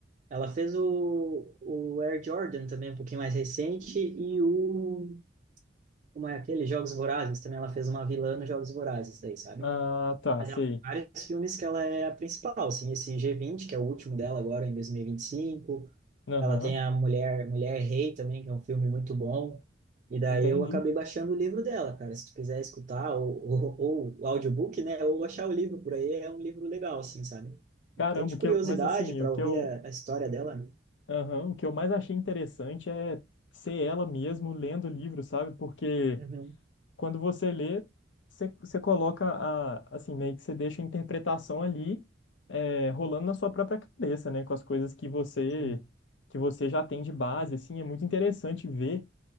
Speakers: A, on the right (about 40°); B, on the left (about 70°).
A: Ela fez o, o Air Jordan também, um pouquinho mais recente, e o... Como é aquele? Jogos Vorazes. Também ela fez uma vilã nos Jogos Vorazes, daí, sabe?
B: Ah, tá,
A: Mas
B: sei.
A: Ela tem vários filmes que ela é a principal, assim, esse G20, que é o último dela agora, em 2025.
B: Aham,
A: Ela tem a Mulher, Mulher Rei também, que é um filme muito bom. E daí
B: entendi.
A: eu acabei baixando o livro dela, cara. Se tu quiser escutar, ou, ou, ou o audiobook, né? Ou achar o livro por aí, é um livro legal, assim, sabe?
B: Caramba,
A: Até de
B: o
A: curiosidade
B: que eu, mas assim,
A: para
B: o que
A: ouvir
B: eu,
A: a, a história dela, né?
B: aham, o que eu mais achei interessante é ser ela mesmo lendo o livro, sabe? Porque
A: Uhum,
B: quando você lê, você, você coloca a, assim, meio que você deixa a interpretação ali, é, rolando na sua própria cabeça, né? Com as coisas que você,
A: Sim,
B: que você já tem de base, assim, é muito interessante ver.